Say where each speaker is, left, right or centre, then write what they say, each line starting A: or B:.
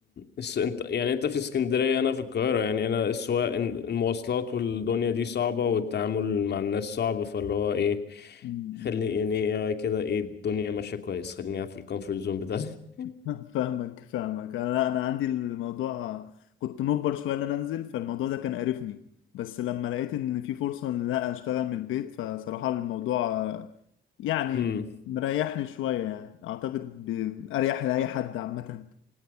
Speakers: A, on the left (about 55°); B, on the left (about 85°).
A: الس... انت يعني انت في اسكندرية انا في القاهرة يعني انا السواق المواصلات والدنيا دي صعبة والتعامل مع الناس صعب فاللي هو ايه
B: م-
A: خلي يعني إيه كده ايه الدنيا ماشية كويس خليني قاعد في الكومفورت زون بتاعتي <laughs>
B: م. <laughs> فاهمك فاهمك انا انا عندي الموضوع كنت مجبر شويه ان انا انزل فالموضوع ده كان قرفني بس لما لقيت ان في فرصه ان لا اشتغل من البيت فصراحه الموضوع يعني
A: امم
B: مريحني شويه يعني اعتقد ب- اريح لاي حد عامه